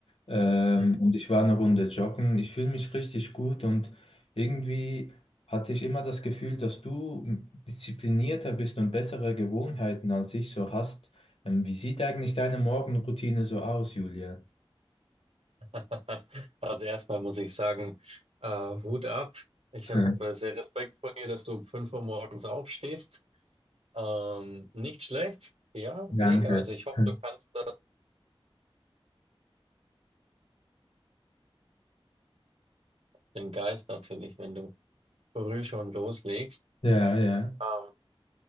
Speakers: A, on the left; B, on the right.
A: ähm,
B: Hm.
A: und ich war eine Runde joggen. Ich fühle mich richtig gut und irgendwie. hatte ich immer das Gefühl, dass du disziplinierter bist und bessere Gewohnheiten als ich so hast. Ähm, Wie sieht eigentlich deine Morgenroutine so aus, Julia?
B: <laughs> Also erstmal muss ich sagen, äh, Hut ab. Ich
A: <laughs>
B: habe äh,
A: Hm,
B: sehr Respekt vor dir, dass du um 5 Uhr morgens aufstehst. Ähm, nicht schlecht. Ja,
A: Danke.
B: mega. Also ich hoffe,
A: Hm.
B: du kannst das, den Geist natürlich, wenn du früh schon loslegst.
A: Ja, ja.
B: Ähm,